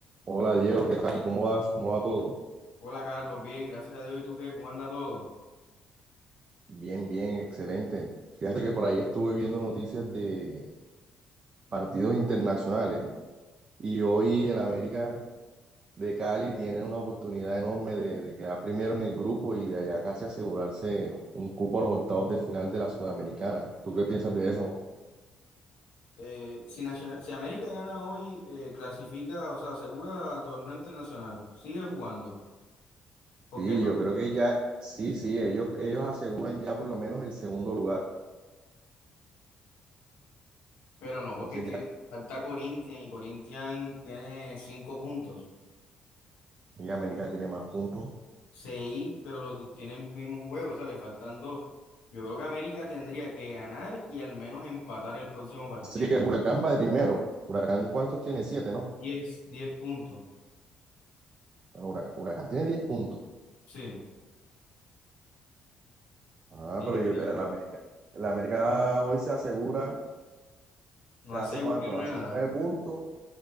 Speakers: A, on the right; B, on the left.
A: Hola Diego, ¿qué tal? ¿Cómo vas? ¿Cómo va todo?
B: Hola Carlos, bien, gracias a Dios. ¿Y tú qué? ¿Cómo anda todo?
A: Bien, bien, excelente. Fíjate que por ahí estuve viendo noticias de partidos internacionales y hoy el América de Cali tiene una oportunidad enorme de, de quedar primero en el grupo y de allá casi asegurarse un cupo a los octavos de final de la Sudamericana. ¿Tú qué piensas de eso?
B: Eh, si, Nacio- si América gana hoy, eh, clasifica, o sea, asegura torneo internacional. Sigue jugando.
A: Sí,
B: ¿Por qué? Toma.
A: yo creo que ya, sí, sí, ellos, ellos aseguran ya por lo menos el segundo lugar.
B: Pero no,
A: Entonces
B: porque es
A: ya,
B: que falta Corinthians y Corinthians tiene cinco puntos.
A: ya América tiene más puntos.
B: Seis, pero los tienen mismos juegos, o sea, le faltan dos. Yo creo que América tendría que ganar y al menos empatar el próximo partido.
A: Sería que Huracán va de primero. Huracán, ¿cuántos tiene? Siete, ¿no?
B: Diez, diez puntos.
A: Bueno, Huracán, Huracán tiene 10 puntos.
B: Sí,
A: Ah,
B: sí,
A: pero yo
B: claro.
A: creo que la América, la América hoy se asegura,
B: No
A: ¿se
B: asegura
A: hace cuánto?
B: nada.
A: Hace nueve puntos,